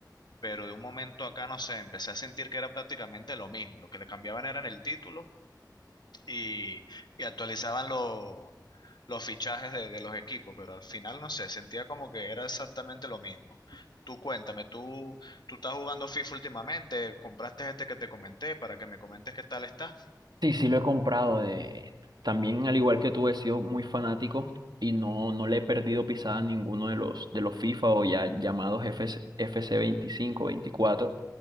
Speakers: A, on the left; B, on the right.
A: pero de un momento acá, no sé, empecé a sentir que era prácticamente lo mismo. Lo que le cambiaban eran el título y, y actualizaban los los fichajes de, de los equipos, pero al final, no sé, sentía como que era exactamente lo mismo. Tú cuéntame, tú, tú estás jugando FIFA últimamente, compraste este que te comenté para que me comentes qué tal está.
B: Sí, sí lo he comprado. eh, También, al igual que tú, he sido muy fanático y no, no le he perdido pisada a ninguno de los, de los FIFA o ya llamados F C F C 25 24.